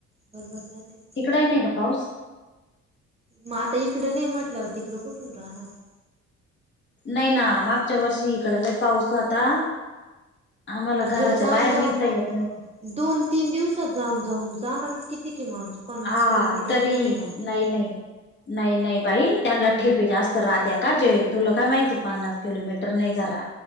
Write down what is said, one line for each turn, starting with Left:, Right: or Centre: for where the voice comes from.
Right: बरोबर जातील.
Left: तिकड नाही का पाऊस?
Right: मग आता इकड नाही म्हटल्यावर तिकड कुठून राहणार. हे
Left: नाही ना मागच्या वर्षी इकड लय पाऊस होता. आम्हाला
Right: अगं
Left: घराच्या
Right: जाऊन
Left: बाहेर
Right: जाऊन
Left: निघता येत नव्हत.
Right: दोन तीन दिवसात जाऊन जाऊन जाणारच कितीकय माणूस. पन्नास
Left: हा
Right: किलोमीटर
Left: तरी
Right: सुद्धा नाही जाणार
Left: नाही नाही. नाही नाही बाई त्यांना ठेपे जास्त राहत का जे तुला काय माहिती पण. किलोमीटर नाही जरा.